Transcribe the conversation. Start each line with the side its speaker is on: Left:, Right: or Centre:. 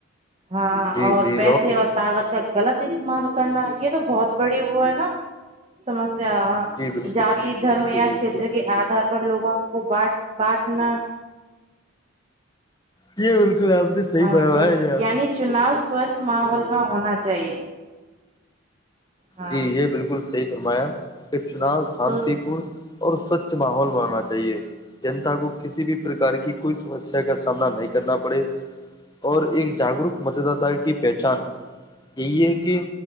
Right: ہاں
Left: جی
Right: اور
Left: جی
Right: پیسے اور طاقت کا غلط استعمال کرنا یہ تو بہت بڑی وہ ہے نا سمسیااں
Left: جی بالکل
Right: جتی دھرم
Left: بالکل
Right: یا
Left: بالکل
Right: چھیت کے آدھار پر لوگوں کو بٹ بانٹنا
Left: یہ بالکل آپے سی
Right: ہاں
Left: پائی
Right: تو
Left: آئے
Right: یعنی چناؤ سوستھ ماحول میں ہونا چاہیے ہاں
Left: جی یہ بالکل صحیح فرمایا کچنا شانتی
Right: تو
Left: پورن اور سوچھ ماحول بننا چاہیے جنتا کو کسی بھی پرکار کی کوئی سمسیا کا سامنا نہیں کرنا پڑے اور ایک جاگروک متدات کی پہچان یہی ہے کہ